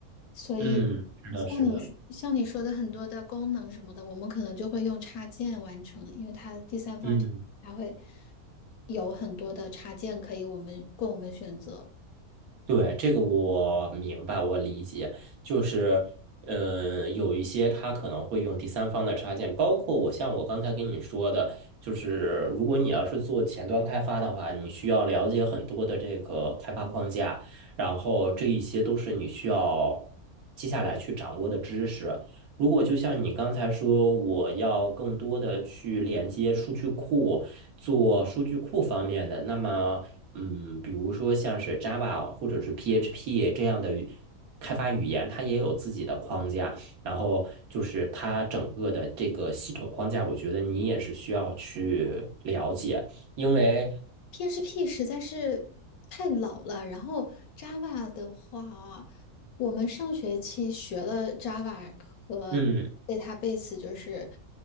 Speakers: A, on the left; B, on the right.
A: 所以
B: 嗯，是的，
A: 像你说像你说的很多的功能什么的，
B: 是的，
A: 我们可能就会用插件完成，因为它第三方平台它会
B: 嗯。
A: 有很多的插件可以我们供我们选择。
B: 对，这个我明白，我理解，就是，嗯，有一些他可能会用第三方的插件，包括我像我刚才跟你说的，就是如果你要是做前端开发的话，你需要了解很多的这个开发框架，然后这一些都是你需要接下来去掌握的知识。如果就像你刚才说，我要更多的去连接数据库，做数据库方面的，那么。嗯，比如说像是 Java 或者是 PHP 这样的语开发语言，它也有自己的框架。然后就是它整个的这个系统框架，我觉得你也是需要去了解，因为
A: PHP 实在是太老了，然后 Java 的话啊，我们上学期学了 Java 和
B: 嗯
A: database，就是